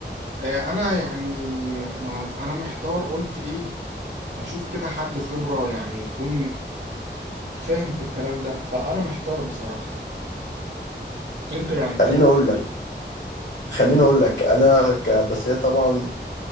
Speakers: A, on the right; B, on the left.
A: آه، انا يعني ما انا محتار قلت ايه هشوف كده حد خبرة يعني يكون فاهم في الكلام ده فانا محتار بصراحة انت يعني تقدم
B: خليني اقول لك
A: ايه
B: خليني اقول لك انا ك... بس هي طبعا